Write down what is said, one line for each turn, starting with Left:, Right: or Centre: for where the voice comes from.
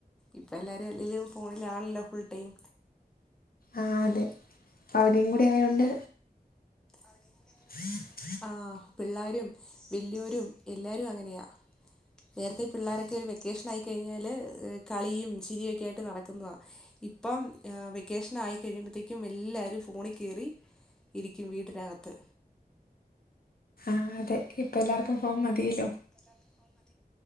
Centre: ഇപ്പം എല്ലാവരും അല്ലെങ്കലും ഫോണിലാണല്ലോ ഫുൾ ടൈം
Left: ആ അതെ അവധീം കൂടി ആയോണ്ട്
Centre: അവധിം കൂടാ
Left: ഉം <unintelligible>
Centre: ആ പിള്ളോരും വലിയരും എല്ലാരും അങ്ങനെയാ നേരത്തെ പിള്ളോരൊക്കെ ഒരു വെക്കേഷൻ ആയി കഴിഞ്ഞാല് കളിയും ചിരിയയും ഒക്കെ ആയിട്ട് നടക്കുന്നത ഇപ്പം വെക്കേഷൻ ആയി കഴിയുമ്പോത്തേക്കും എല്ലാരും ഫോണിൽ കയറി ഇരിക്കും വീട്ടിനകത്ത്
Left: ആ അതെ ഇപ്പ എല്ലാവർക്കും ഫോം മതിയല്ലോ
Centre: ഫോൺ